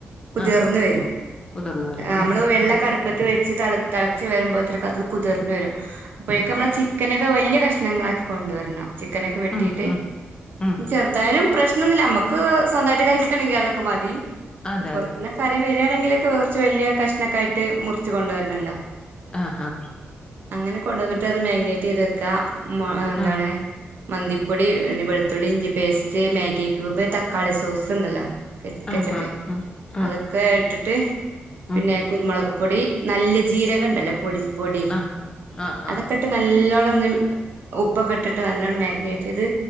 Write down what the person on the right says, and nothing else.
കുതിർന്ന
വരും
നമ്മള്
വെള്ളൊക്കെ അടുപ്പ - ടുപ്പത്ത് വെച്ച് തെളച്ച് വരുമ്പോഴത്തേക്ക അത് കുതിർന്നു വരും അപ്പോഴൊക്കും നമ്മള് ചിക്കനൊക്കെ വലിയ കഷ്ണങ്ങളാക്കി കൊണ്ടുവരണം ചിക്കനൊക്കെ വെട്ടിയിട്ട്
ചെറുതായാലും - പ്രശ്നൊന്നുമില്ല നമ്മുക്ക് സ്വന്തമായിട്ട് കഴിക്കാണെങ്കിൽ അതൊക്കെ മതി
പൊറത്തിന്ന്
കറി വരികയാണെങ്കിലൊക്കെ കൊറച്ച് വലിയ കഷ്ണൊക്കെയായിട്ട് മുറിച്ച് കൊണ്ട് വരണമല്ലോ
അങ്ങനെ കൊണ്ടു വന്നിട്ട് അത് മാഗ്നേറ്റ് ചെയ്ത് വെക്കാ മ എന്താണ്-
മന്തിപ്പൊടി പിന്നെ വെളുത്തുള്ളി ഇഞ്ചി പേസ്റ്റ് മാഗി ക്യൂബ് തക്കാളി സോസ് ഉണ്ടല്ലോ-
ചെപ്പേ
അതൊക്കെ ഇട്ടിട്ട്
പിന്നെ കുരുമുളക് പൊടി നല്ല- ജീരക ഉണ്ടല്ലോ പൊടി പൊടി
അതൊക്കെ- നല്ലോണം ഒന്ന് ഉപ്പൊക്കെ ഇട്ട് നല്ലോണം മാഗ്നറ്റ് ചെയ്ത്